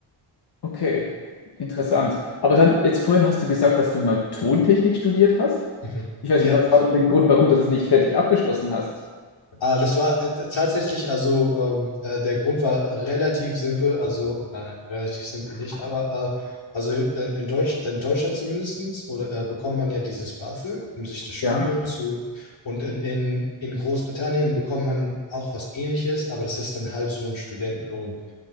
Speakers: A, on the left; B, on the left.
A: Okay, interessant. Aber dann, jetzt vorhin hast du gesagt, dass du mal Tontechnik studiert hast.
B: Mhm.
A: Ich weiß
B: Ja,
A: nicht, was war denn der Grund, warum du das nicht fertig abgeschlossen hast?
B: Ah, das war äh, tatsächlich, also ähm, äh, der Grund war relativ simpel, also nein, relativ simpel nicht, aber äh, also in, in Deutsch, in Deutschland zumindestens oder äh, bekommt man ja dieses BAföG, um sich das Studium
A: Ja,
B: zu und in, in, in Großbritannien bekommt man auch was Ähnliches, aber das ist dann halt so ein Studentenlohn.